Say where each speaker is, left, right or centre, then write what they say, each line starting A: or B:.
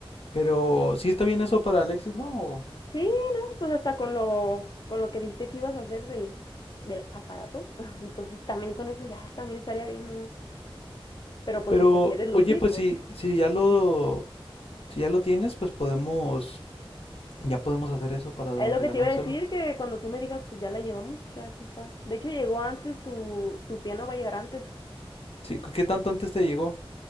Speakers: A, on the left; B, on the left.
A: Pero sí está bien eso para Alexis, ¿no? ¿O
B: Sí, no, pues hasta con lo, con lo que dijiste que ibas a hacer del, del aparato, <laughs> entonces también con eso ya, también estaría bien, ¿no? Pero pues
A: Pero,
B: si te quieres lucir,
A: oye, pues
B: pues
A: si, si ya lo,
B: mm,
A: si ya lo tienes, pues podemos, ya podemos hacer eso para dar,
B: Es lo
A: regalárselo.
B: que te iba a decir, que cuando tú me digas, pues ya la llevamos, ya aquí está. De hecho, llegó antes, tu, tu piano va a llegar antes.
A: Sí, ¿qué qué tanto antes te llegó?